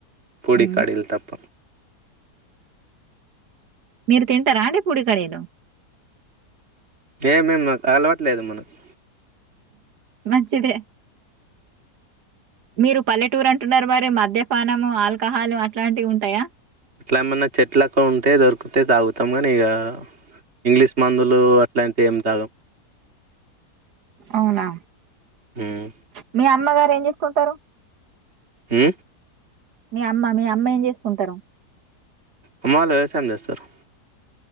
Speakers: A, on the right; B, on the right.
A: పొడి
B: హ్మ్.
A: కడిలు తప్ప
B: మీరు తింటారా అండి పూడి కడిలు
A: ఏ మేం నాకు అలవట్లేదు మనకు
B: మంచిదే మీరు పల్లెటూరు అంటున్నారు మరి మద్యపానము ఆల్కహాలు అట్లాంటివి ఉంటాయా
A: అట్లా ఏమన్నా చెట్ లక్క ఉంటే దొరికితే తాగుతాం కానీ ఇక ఇంగ్లీష్ మందులు అట్లాంటివి ఏం తాగం
B: అవునా
A: ఉమ్.
B: మీ అమ్మగారు ఏం చేస్ కుంటారు
A: మ్
B: మీ అమ్మ మీ అమ్మ ఏం చేసుకుంటారు
A: అమ్మ వాళ్ళ వ్యవసాయం చేస్తారు